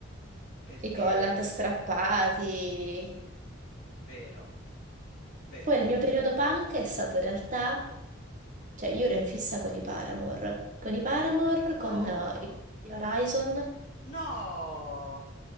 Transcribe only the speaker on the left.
Perché
sì, vero, vero.
No,
no,